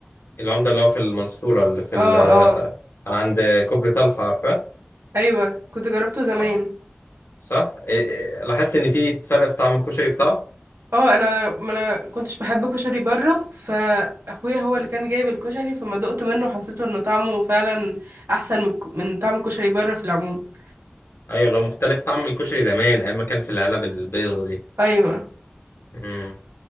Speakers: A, on the left (about 80°); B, on the right (about 90°).
A: العمده اللي هو في المنصوره اللي في ال...
B: اه
A: آه،
B: اه
A: عند كوبري طلخه عارفه
B: ايوه كنت جربته زمان
A: آه، صح إيه- إيه، لاحظت ان في فرق في طعم الكشري بتاعه
B: اه انا ما انا كنتش بحب كشري بره فاخويا هو اللي كان جايب الكشري فما دقت منه حسيته انه طعمه فعلا احسن من من طعم الكشري بره في العموم
A: ايوه لو مختلف طعم الكشري زمان ايام ما كان في العلب البيضه دي
B: ايوه
A: امم